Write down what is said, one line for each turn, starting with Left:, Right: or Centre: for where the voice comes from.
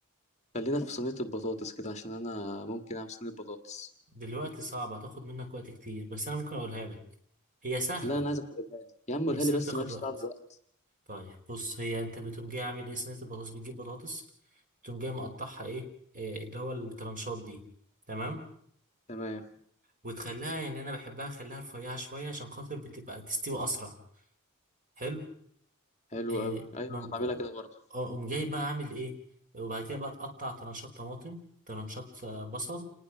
Left: خلينا في صينيه البطاطس كده عشان انا ممكن اعمل صينيه بطاطس
Right: دلوقتي صعبه هتاخد منك وقت كتير بس انا ممكن اقولها لك هي سهله
Left: لا انا عايزك تقولها لي يا عم
Right: بس
Left: قولها لي
Right: هي
Left: بس
Right: بتاخد
Left: مالكش
Right: وقت
Left: دعوه بالوقت
Right: طيب بص هي انت بتقوم جاي عامل ايه صينية البطاطس بتجيب بطاطس بتقوم جاي مقطعها ايه إيه اللي هو الترانشات دي تمام
Left: تمام
Right: وتخليها يعني انا بحبها اخليها رفيعة شوية عشان خاطر بتبقى تستوي اسرع حلو
Left: حلو
Right: إيه
Left: قوي ايوه
Right: بم-
Left: انا بعملها كده برضه
Right: اه قوم جاي بقى عامل ايه وبعد كده بقى تقطع ترانشات طماطم ترانشات آه، بصل